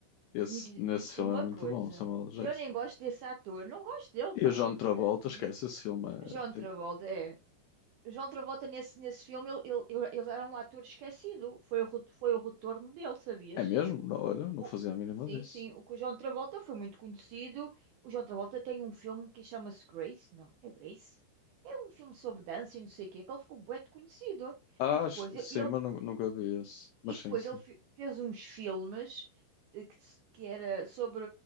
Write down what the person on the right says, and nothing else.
Digo-
digo-te
uma
coisa.
E eu nem gosto desse ator. Não gosto dele,
pá.
Não
sei. Não
me...
John
Travolta, é. João Travolta, nesse, nesse filme, ele, ele, ele ele era um ator esquecido. Foi o, re- foi o retorno dele, sabias?
O-
sim,
sim. O que o João Travolta foi muito conhecido. O João Travolta tem um filme que chama-se Grace. Não, é Grace. É um filme sobre dança e não sei o quê, que ele ficou bué de conhecido.
E depois
ele,
e depois
ele fe- fez uns filmes eh, que, se- que era sobre